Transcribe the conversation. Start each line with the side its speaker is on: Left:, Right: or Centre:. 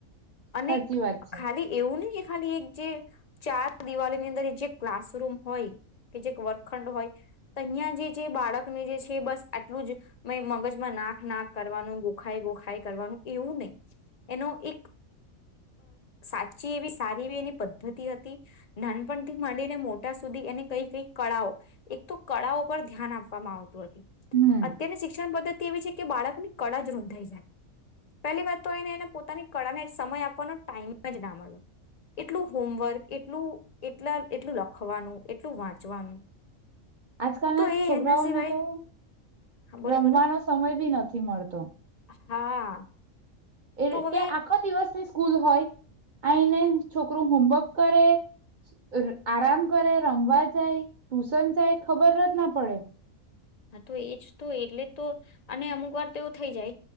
Left: અને
Right: સાચી વાત છે.
Left: ખાલી એવું નહી કે ખાલી એક જે ચાર દિવાળી ની અંદર જે ક્લાસરૂમ હોય કે જે વર્કખંડ હોય ત્યાં જે બાળકને જે છે બસ આટલું જ મગજમાં નાખ નાક કરવાનું ગોખાય ગોખાય કરવાનું એવું નહી એનો એક સાચી એવી સારી એવી એની પદ્ધતિ હતી નાનપણથી માંડીને મોટા સુધી એની કઈ કઈ કળાઓ એક તો કળાઓ પર ધ્યાન આપવામાં આવતું હતું
Right: હમ
Left: અત્યારની શિક્ષણ પદ્ધતિ એવી છે કે બાળકોની કળા જ રૂંધાઈ જાય પહેલી વાત તો એને એને પોતાની કળાને સમય આપવાનો ટાઈમ જ ના મળે એટલું હોમવર્ક એટલું એટલા એટલું લખવાનું એટલું વાંચવાનું
Right: આજકાલના
Left: તો એ
Right: છોકરાઓને
Left: એના સિવાય
Right: તો
Left: બોલો
Right: રમવાનો
Left: બોલો
Right: સમય બી નથી મળતો.
Left: હા.
Right: એ
Left: તો હવે
Right: કે આખો દિવસની સ્કૂલ હોય આઈ ને છોકરું હોમવર્ક કરે ર આરામ કરે રમવા જાય ટુશન જાય ખબર જ ના પડે.
Left: હા તો એજ તો એટલે તો અને અમુક વાર તો એવું થઈ જાય